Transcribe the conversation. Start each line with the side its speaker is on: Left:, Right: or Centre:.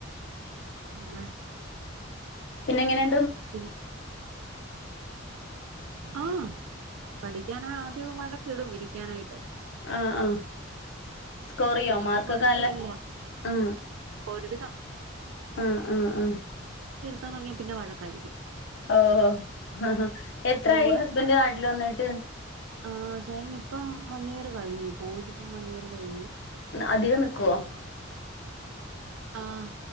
Right: പിന്നെ
Left: പിന്നെ എങ്ങനെയാണ്
Right: പിൻ ആ പഠിക്കാൻ ആദ്യം വഴ ക്കിടും ഇരിക്കാനായിട്ട്
Left: ആ ആ സ്കോറെയ്യോ
Right: പിന്നെ
Left: മാർക്കൊക്കെ
Right: കൊഴപ്പമില്ല
Left: നല്ല ആ
Right: ഒരുവിധം
Left: ആ ആ ആ ആ
Right: തൊടങ്ങിയ പിന്നെ വഴ കരിക്കും
Left: ഓഹോ എത്രായി
Right: കൂടെ
Left: ഹസ്ബൻഡ് നാട്ടില് വന്നിട്ട്
Right: ആ ചേട്ടന് ഇപ്പം വൺ ഇയർ കഴിഞ്ഞു പോയിട്ടിപ്പം വൺ ഇയർ കഴിഞ്ഞു
Left: അധികം നിക്കോ
Right: ആഹ്